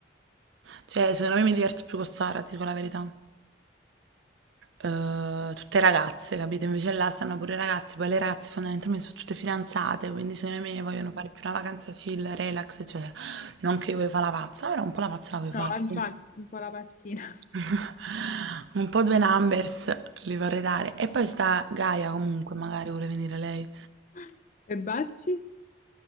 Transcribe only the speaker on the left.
No,
infatti,
sono un po' la pazzina.
<laughs> E Bacci?